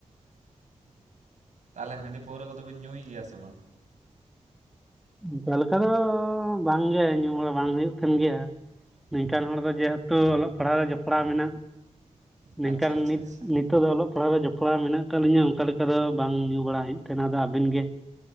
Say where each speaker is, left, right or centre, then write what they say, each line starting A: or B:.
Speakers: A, on the right (about 85°); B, in the centre.
A: ᱛᱟᱦᱞᱮ ᱦᱟᱹᱰᱤ ᱯᱟᱹᱣᱨᱟᱹ ᱠᱚ ᱫᱚ ᱵᱤᱱ ᱧᱩᱭ ᱜᱮᱭᱟ ᱥᱮ ᱵᱟᱝ?
B: ᱚᱱᱠᱟ ᱞᱮᱠᱟ ᱫᱚ ᱵᱟᱝ ᱜᱮ ᱧᱩᱢ ᱵᱟᱲᱟ ᱵᱟᱝ ᱦᱩᱭᱩᱜ ᱠᱟᱱ ᱜᱮᱭᱟ, ᱱᱤᱝᱠᱟᱱ ᱦᱚᱲ ᱫᱚ ᱡᱮᱦᱮᱛᱩ ᱚᱞᱚᱜ ᱯᱟᱲ ᱦᱟᱣ ᱨᱮ ᱡᱚᱯ ᱲᱟᱣ ᱢᱮᱱᱟᱜ
A: ᱟᱪᱪᱷᱟ
B: ᱱᱤᱝᱠᱟᱱ
A: ᱟᱪᱪᱷᱟ
B: ᱱᱤᱛ ᱱᱤᱛ
A: ᱟᱪᱪᱷᱟ
B: ᱱᱤᱛᱚᱜ ᱫᱚ ᱚᱞᱚᱜ ᱯᱟᱲᱦᱟᱜ ᱨᱮ ᱡᱚᱯᱲᱟᱣ ᱢᱮᱱᱟᱜ ᱠᱟᱫ ᱞᱤᱧᱟᱹ ᱚᱱᱠᱟ ᱞᱮᱠᱟ ᱫᱚ ᱵᱟᱝ ᱧᱩ ᱵᱟᱲᱟ ᱦᱩᱭᱩᱜ ᱛᱟᱦᱮᱸᱱᱟ᱾ ᱟᱹᱵᱤᱱ ᱜᱮ?